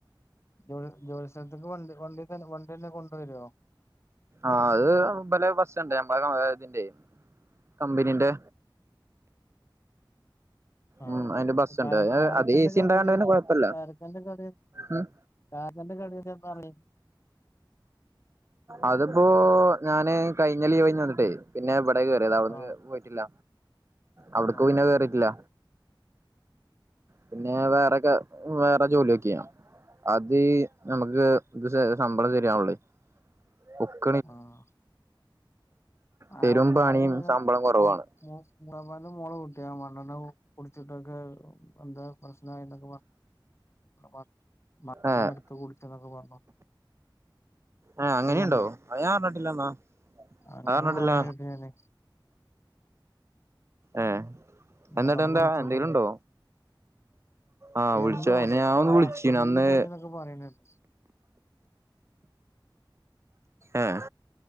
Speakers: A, on the left; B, on the right.
A: ജോലി ജോലി സ്ഥലത്ത്ക്ക് വണ്ടി വണ്ടിത്തന്നെ വണ്ടിന്നെ കൊണ്ട് വരോ
B: ആഹ് അത് പലെ ബസ് ണ്ട് മ്മള <unintelligible> കമ്പനിന്റെ
A: ആഹ്
B: ഉം അതിന്റെ ബസ്സുണ്ട്
A: കാരക്കാന്റെ
B: അത് എ സി
A: കടയില്
B: ഉണ്ടായോണ്ട് പിന്നെ കൊഴപ്പല്ല
A: കാരക്കാന്റെ കട
B: ഉം
A: കാരക്കാന്റെ കടേന്ന് എന്നെറങ്ങി
B: അത് പ്പോ ഞാന് കഴിഞ്ഞ ലീവ് കഴിഞ്ഞ് വന്നിട്ടേ പിന്നെ ഇവിടെ കേറിയത് അവിടുന്ന്
A: ആഹ്
B: കേ പോയി ട്ടില്ല അവിട്ക്ക്
A: ആഹ്
B: പിന്നെ കേറീട്ടില്ല പിന്നെ വേറെക്കെ വേറെ ജോലിയോക്കീനു അതീ ഞമ്മക്ക് ഇത് ശമ്പളം ശരിയാവണ്ല്ലേ ഒ
A: ആഹ്
B: പെരും
A: ആഹ് ആഹ് ആരെ
B: പണിയും
A: പിന്ന
B: ശമ്പളം കുറവാണ്
A: മു മു ഉമ്മുഅമ്മായിന്റെ മോളെ കുട്ടിയാ മണ്ണെണ്ണ കുടിച്ചിട്ടൊക്കെ എന്തോ പ്രശ്നായിന്നൊക്കെ പറഞ്- ആഹ് <unintelligible> മണ്ണെണ്ണ
B: ഏഹ്
A: എടുത്ത് കുടിച്ചെന്നൊക്കെ പറഞ്ഞു
B: ഏഹ് അങ്ങനെയുണ്ടോ
A: അയ്യോ അല്ല
B: അത് ഞാൻ അറിഞ്ഞിട്ടില്ലന്നാ
A: അങ്ങനെ
B: അത് അറിഞ്ഞിട്ടില്ല
A: പറയണ കേക്ക്ണില്ലേ
B: ഏഹ്
A: മൂത്താപ്പാക്ക്
B: എന്നിട്ടെന്താ
A: വിളിച്ചോക്കോണ്ടി
B: എന്തേലും ഉണ്ടോ ആഹ്
A: എന്ന്
B: ഉത്സവാ
A: ഹോസ്
B: അയ്നു ഞാൻ ഒന്ന് വിളിച്ചീനു
A: ആസ്പത്രിയിൽ
B: അന്ന്
A: പോയിന്നൊക്കെ പറയണ കേട്ട്
B: ഏഹ്